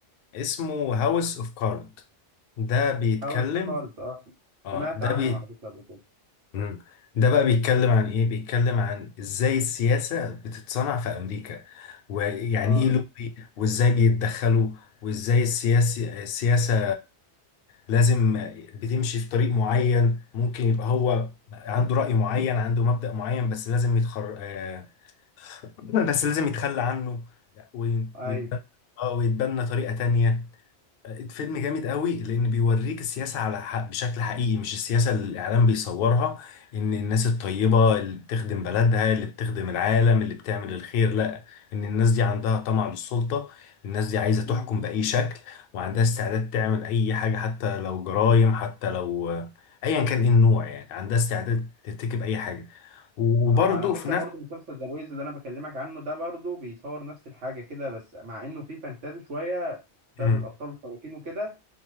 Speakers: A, on the left (about 60°); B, on the right (about 85°).
A: اسمه هاوس اوف كارد ده بيتكلم
B: هاوس كارز اه
A: اه
B: سمعت
A: ده
B: عنه
A: بي
B: على فكره قبل كده
A: مم. ده بقى بيتكلم عن ايه بيتكلم عن ازاي السياسة بتتصنع في امريكا ويعني
B: اه
A: ايه لوبي وازاي بيتدخلوا وازاي السياسي السياسة لازم بتمشي في طريق معين ممكن يبقى هو عنده رأي معين عنده مبدأ معين بس لازم يتخر آه، بس لازم يتخلى عنه ويتبنى
B: ايوه
A: اه ويتبنى طريقة تانية فيلم جامد قوي لان بيوريك السياسه على حق بشكل حقيقي مش السياسه اللي الاعلام بيصورها ان الناس الطيبه اللي بتخدم بلدها اللي بتخدم العالم اللي بتعمل الخير لا ان الناس دي عندها طمع للسلطه الناس دي عايزه تحكم
B: امم
A: باي شكل وعندها استعداد تعمل اي حاجه حتى لو جرائم حتى لو ايا كان ايه النوع يعني عندها استعداد ترتكب اي حاجه وبرضه
B: هو على فكره
A: في
B: برضو مسلسل ذا بويز اللي انا بكلمك عنه ده برضو بيصور نفس الحاجه كده بس مع انه فيه فانتازي شويه بسبب
A: نفس
B: الابطال الخارقين وكده